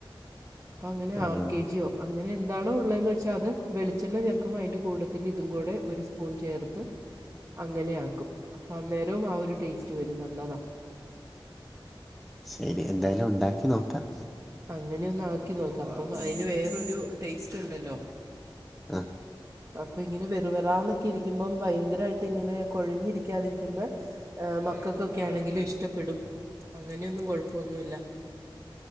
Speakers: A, on the right; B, in the centre.
A: അപ്പൊ അങ്ങനെ
B: ആഹ്
A: ആർ കെ ജിയോ അങ്ങനെ എ ഇതാണോ ഉള്ളതെന്ന് വെച്ചാൽ അത് വെളിച്ചെണ്ണ ചേർക്കുമ്പോൾ അതിൻ്റെ കൂടത്തിൽ ഇതും കൂടെ ഒരു സ്പൂൺ ചേർത്ത് അങ്ങനെയ ആക്കും അപ്പം അന്നേരവും ആ ഒരു ടേസ്റ്റ് വരും നല്ലതാണ്
B: ശരി എന്തായാലും ഉണ്ടാക്കി നോക്കാം
A: അങ്ങനെഒന്ന് ആക്കി നോക്കാം അപ്പം അതിന് വേറൊരു ടേസ്റ്റ് ഉണ്ടല്ലോ
B: ആഹ്
A: അപ്പൊ ഇങ്ങനെ വെറു വെറാന്നൊക്കെ ഇരിക്കുമ്പം ഭയങ്കരമായിട്ട് ഇങ്ങനെ കൊഴഞ്ഞിരിക്കാതിരിക്കുമ്പോ എ മക്കൾക്കൊക്കെ ആണെങ്കിലും ഇഷ്ടപ്പെടും അങ്ങനെയൊന്നും കുഴപ്പമൊന്നുല്ല